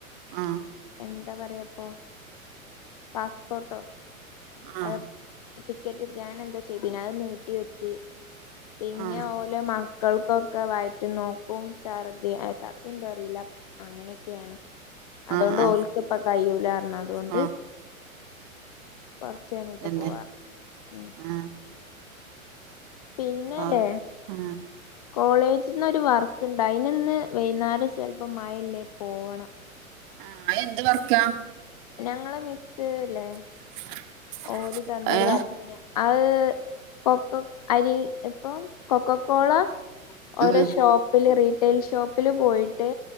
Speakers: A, on the right (about 35°); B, on the left (about 30°).
A: ആഹ്
B: എന്താ പറയാപ്പൊ പാസ്പോട്ടൊ
A: ആ
B: അഹ് ടിക്കറ്റ് എടുക്കെ അങ്ങനെ എന്തോ ചെയ്തിനി. അത് നീട്ടി വെച്ച് പിന്നെഓ
A: ആ
B: ലെ മക്കൾക്കൊക്കെ വയറ്റുന്നോക്കും ഛർദ്ദിയ. ഹെ ഛർദ്ദി ണ്ടോ അറീല അങ്ങനെക്കേണ്. അതോണ്ട്
A: ആ ആ
B: ഓൽക്പ്പ കയ്യൂലാർഞ്ഞ് അതോണ്ട്
A: ആ
B: കൊറച്ച് കഴഞ്ഞിട്ട്
A: തന്നെ
B: പോവാ ഉം
A: ആ
B: പിന്നലെ
A: ആ ആ
B: കോളേജ്ന്ന് ഒരു വർക്ക്ണ്ട് അയിന്ന് വൈന്നാരം ചെലപ്പം മഴല്ലേ പോണം
A: ആഹ് അയെന്ത് വർക്കാ
B: ഞങ്ങളെ മിസ്സ് ലെ
A: <inaudible>
B: ഓല് തന്നൊരു
A: ഏ
B: വർക്കിനാ അത് കൊക്ക അരി ഇപ്പം കൊക്കക്കോള. ഓരോ
A: ഉം
B: ഷോപ്പില് റിറ്റൈൽ ഷോപ്പില് പോയിട്ട്.